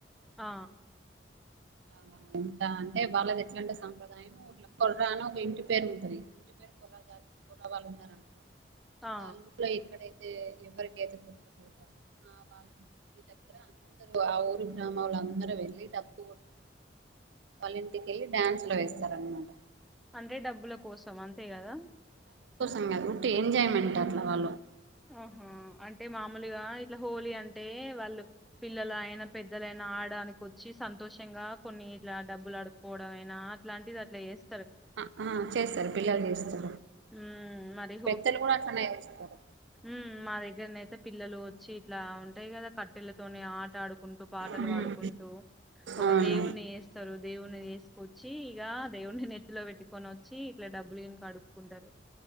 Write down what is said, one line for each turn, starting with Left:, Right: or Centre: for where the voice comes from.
Centre: ఆ
Right: అవునవును అంటే వాళ్ళది ఎట్లాంటె సాప్రదాయం కుర్రా అని ఒక ఇంటి పేరు ఉంటంది ఇంటి పేరు <unintelligible> వాళ్ళు ఉన్నార అనుకో
Centre: ఆ
Right: వాళ్ళ ఇంట్లో ఎక్కడై <unintelligible> ఎవ్వర్కైతె కొడుకుల్ బుడ్తరో ఆ వాళ్ళింటి దగ్గర్ అందరు ఆ ఊరు గ్రామలు అందరుూ వెళ్ళి డప్పులు కొ వాల్ల ఇంటికి వెళ్ళి డ్యాన్స్లు వెస్తారు అనమాట
Centre: అంటె డబ్బుల కోసం అంతే కదా
Right: ఈగా అంతే ఎంజయ్మెంట్ అట్లా వాళ్లకు
Centre: ఆహా అంటే మామూల్గా ఇట్లా హోలీ అంటే టే వాళ్ళు పిల్లలైనా పెద్దలైనా ఆడడానికోచ్చి సంతోషంగా కొన్ని ఇలా డబ్బులు కడుకోవడైనా అలాంటిది అట్లా చేస్
Right: ఆ ఆ చేస్తారు పిల్లలు చేస్తారు
Centre: ఉమ్ మరి
Right: పెద్దలు కూడా అట్లానే చేస్తురు
Centre: ఉహ్ మా దగ్గరనైతే పిల్లలు ఓచ్చి ఇట్లా ఉంటాయి కదా కట్టెలతోని ఆ ఆడుకుంటూ పాటలు
Right: ఉమ్.
Centre: వాడుకుంటూ ఒక
Right: అవును
Centre: దేవుని చేస్తారు దేవుణ్ని చేసుకొచ్చి ఇక దేవుణ్ణి నెత్తిలో పెట్టుకొని ఓచ్చి ఇట్లా డబ్బులు గిట్లా అడుక్కుంటారు